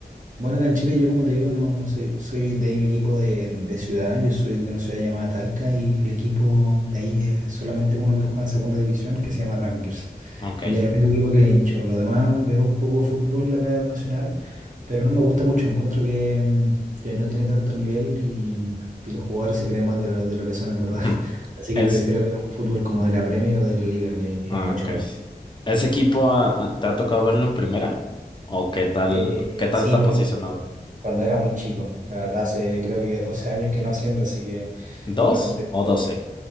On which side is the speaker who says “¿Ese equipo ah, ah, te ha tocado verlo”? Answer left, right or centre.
Left